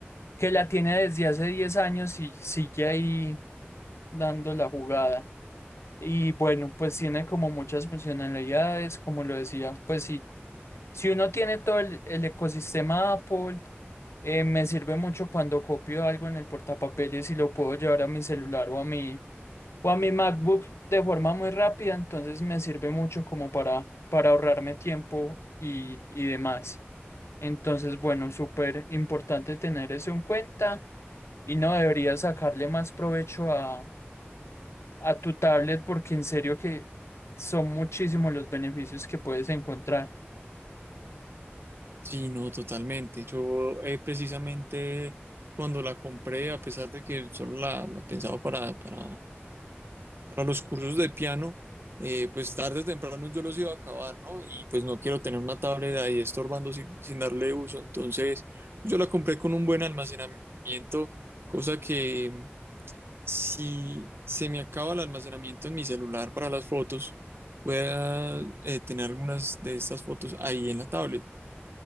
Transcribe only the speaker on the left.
que la tiene desde hace 10 años y sigue ahí dando la jugada. Y bueno, pues tiene como muchas funcionalidades, como lo decía, pues sí, si uno tiene todo el, el ecosistema Apple, eh, me sirve mucho cuando copio algo en el portapapeles y lo puedo llevar a mi celular o a mi o a mi MacBook de forma muy rápida, entonces me sirve mucho como para, para ahorrarme tiempo y, y demás. Entonces, bueno, súper importante tener eso en cuenta y no debería sacarle más provecho a, a tu tablet porque en serio que son muchísimos los beneficios que puedes encontrar.